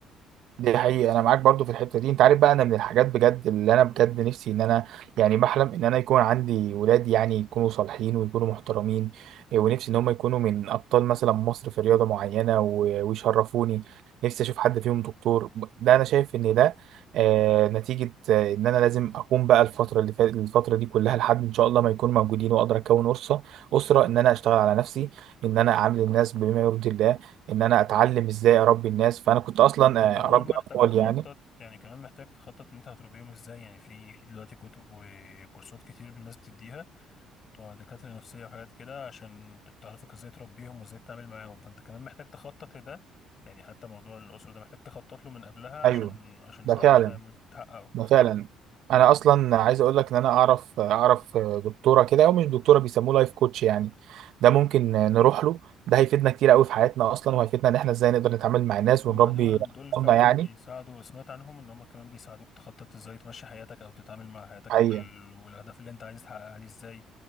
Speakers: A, on the right; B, on the left.
A: دي حقيقة أنا معاك برضو في الحتة دي أنت عارف بقى أنا من الحاجات بجد اللي أنا بجد نفسي إن أنا يعني بحلم إن أنا يكون عندي ولاد يعني يكونوا صالحين ويكونوا محترمين إيه، ونفسي إن هم يكونوا من أبطال مثلا مصر في رياضة معينة و- ويشرفوني نفسي أشوف حد فيهم دكتور ده أنا شايف إن ده آه نتيجة آه إن أنا لازم أكون بقى الفترة اللي فات الفترة دي كلها لحد إن شاء الله ما يكون موجودين وأقدر أكون أسرة أسرة إن أنا أشتغل على نفسي إن أنا أعامل الناس بما يرضي الله ان انا اتعلم ازاي اربي الناس فانا كنت اصلا
B: انت كمان
A: آه، اربي
B: محتاج
A: اطفال
B: تخطط
A: يعني
B: يعني كمان محتاج تخطط ان انت هتربيهم ازاي يعني في في دلوقتي كتب وكورسات كتير الناس بتديها بتوع دكاترة نفسية وحاجات كده عشان ت- تعرفك ازاي تربيهم وازاي تتعامل معاهم فانت كمان محتاج تخطط لده يعني حتى موضوع الأسرة ده محتاج تخطط له من قبلها
A: ايوه
B: عشان عشان
A: ده
B: تعرف
A: فعلا
B: تعمل تحققه
A: ده فعلا انا اصلا عايز اقول لك ان انا اعرف اعرف دكتوره كده او مش دكتوره بيسموه لايف كوتش يعني ده ممكن نروح له ده هيفيدنا كتير قوي في حياتنا اصلا وهيفيدنا ان احنا ازاي نقدر نتعامل مع الناس ونربي
B: هما دول دول فعلا
A: اطفالنا يعني
B: بيساعدوا سمعت عنهم ان هما كمان بيساعدوك تخطط ازاي تمشي حياتك او تتعامل مع حياتك
A: حقيقة
B: وال... والاهداف اللي انت عايز تحققها دي ازاي